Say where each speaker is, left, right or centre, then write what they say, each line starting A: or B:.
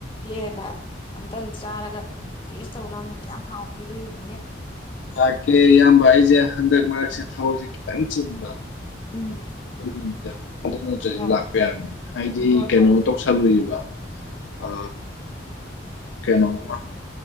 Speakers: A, on the left; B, on the left.
A: ꯍꯦꯛꯑꯒ ꯑꯝꯇꯪ ꯆꯥꯔꯒ ꯇꯦꯁ ꯇꯧ ꯂꯥꯎꯅꯦ ꯀꯌꯥꯝ ꯍꯥꯎꯒꯦꯗ ꯌꯦꯡꯉꯨꯅꯦ
B: ꯂꯥꯛꯀꯦ ꯏꯌꯥꯝꯕ ꯑꯩꯖꯦ ꯍꯟꯗꯛ ꯃꯔꯛꯁꯦ ꯊꯕꯛꯁꯦ ꯈꯤꯇꯪ ꯆꯤꯟꯕ
A: ꯎꯝ
B: ꯑꯗꯨꯒꯤꯅꯤꯗ ꯑꯗꯨ ꯅꯠꯇ꯭ꯔꯗꯤ
A: ꯍꯣꯏ
B: ꯂꯥꯛꯄ ꯌꯥꯔꯅꯤ ꯍꯥꯏꯗꯤ
A: ꯍꯣꯏ
B: ꯀꯩꯅꯣ
A: ꯍꯣꯏ
B: ꯇꯧ ꯁꯜ ꯂꯣꯏꯕ ꯑ ꯀꯩꯅꯣꯃ